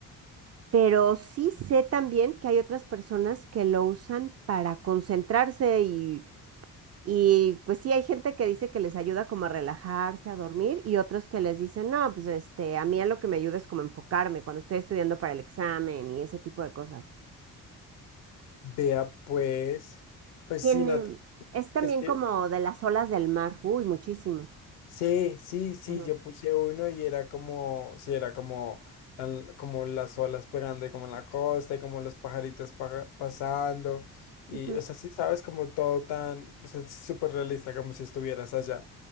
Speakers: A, on the right (about 35°); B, on the left (about 70°).
A: Pero sí sé también que hay otras personas que lo usan para concentrarse y, y pues sí hay gente que dice que les ayuda como a relajarse, a dormir y otros que les dicen, no, pues este, a mí a lo que me ayuda es como enfocarme cuando estoy estudiando para el examen y ese tipo de cosas.
B: Vea pues, pues
A: Tiene,
B: sí, no, te-
A: es también
B: es que...
A: como de las olas del mar, uy, muchísimo.
B: Sí, sí, sí,
A: Ujú.
B: yo puse uno y era como, sí, era como, al- como las olas pegando y como en la costa y como los pajaritos paja- pasando y,
A: Ujú.
B: o sea, sí, sabes, como todo tan, o sea, es súper realista, como si estuvieras allá.